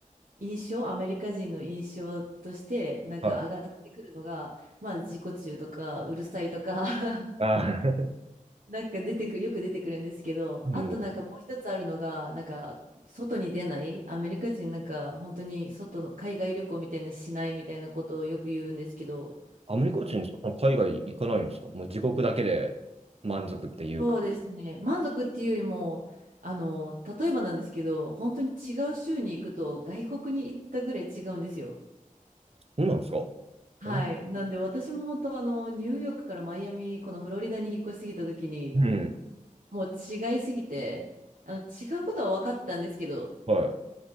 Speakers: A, on the right; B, on the right.
A: 印象、アメリカ人の印象として、なんか上がってくるのが、
B: はい。
A: まあ、自己中とか、うるさいとか <laughs>
B: あー
A: なんか出てくる、よく出てくるんですけど、
B: <laughs> うん。
A: あとなんかもう一つあるのが、なんか、外に出ない、アメリカ人なんか、本当に外の、海外旅行みたいなのしないみたいなことをよく言うんですけど、
B: アメリカ人、そんな海外行かないんですかもう自国だけで満足っていうか。
A: そうですね。満足っていうよりも、あの、例えばなんですけど、本当に違う州に行くと外国に行ったぐらい違うんですよ。
B: そうなんですか
A: はい。
B: お、
A: なんで私も本当あの、ニューヨークからマイアミ、このフロリダに引っ越しすぎた時に、
B: うん。
A: もう違いすぎて、あの、違うことは分かってたんですけど、
B: はい。